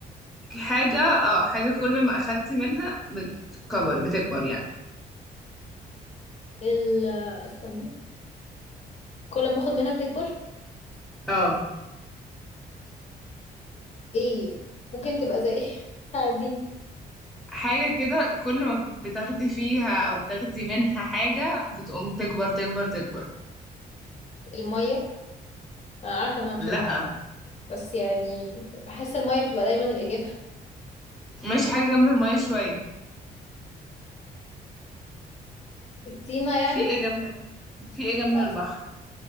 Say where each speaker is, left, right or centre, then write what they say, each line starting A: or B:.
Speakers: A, in the centre; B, on the left.
A: حاجه اه حاجه كل ما اخدت منها بتكبر بتكبر يعني
B: ال آه، استنى كل ما اخد منها بتكبر
A: اه
B: ايه ممكن تبقى زي إيه؟ <laughs> ساعديني
A: حاجه كده كل ما بتاخدي فيها او بتاخدي منها حاجه بتقوم تكبر تكبر تكبر
B: المية انا عارفة انها مش
A: لا
B: المية بس يعني بحس المية بتبقى دايما الإجابة
A: ماشي حاجه جنب الميه شويه
B: الطينة يعني
A: في ايه جنب ال- في ايه جنب
B: لا،
A: البحر